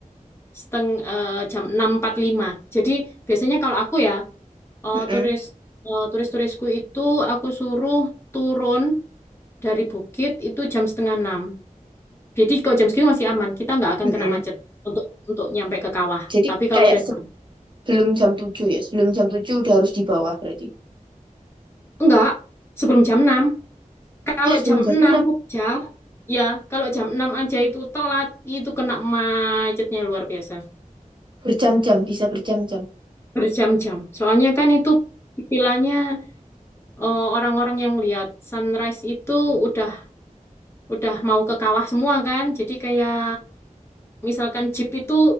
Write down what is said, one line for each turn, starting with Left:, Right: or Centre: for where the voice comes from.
Left: seteng eh, jam enam empat puluh lima. Jadi biasanya kalau aku ya eh,
Right: Mm-mm,
Left: turis eh, turis-turisku itu aku suruh turun dari bukit itu jam setengah enam. Jadi kalau jam segini masih aman, kita nggak akan
Right: mm-mm.
Left: kena macet untuk untuk nyampe ke kawah.
Right: Jadi
Left: Tapi kalau
Right: kayak
Left: udah jam,
Right: sebelum jam 7 ya, sebelum jam 7 udah harus di bawah berarti.
Left: enggak, sebelum jam enam, Kalau
Right: Ah, sebelum
Left: jam
Right: jam
Left: 6
Right: enam
Left: aja, ya kalau jam 6 aja itu telat, itu kena macetnya luar biasa.
Right: berjam-jam, bisa berjam-jam.
Left: Berjam-jam. Soalnya kan itu istilahnya eh, orang-orang yang lihat sunrise itu udah udah mau ke kawah semua kan. Jadi kayak misalkan jeep itu